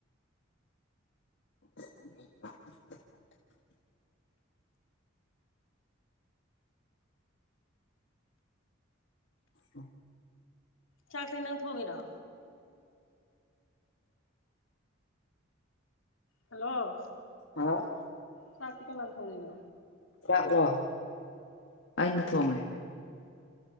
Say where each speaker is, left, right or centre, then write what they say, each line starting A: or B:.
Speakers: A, on the left (about 60°); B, on the left (about 75°).
A: <inaudible> ꯎ
B: ꯆꯥꯛꯁꯤꯪ ꯊꯣꯡꯉ ꯔ ꯍꯜꯂꯣ
A: ꯑ
B: ꯆꯠ ꯀ ꯂꯟ ꯊꯣꯡꯉꯣꯏꯅ
A: ꯂꯥꯛꯂꯣ ꯑꯩꯅ ꯊꯣꯡꯉꯦ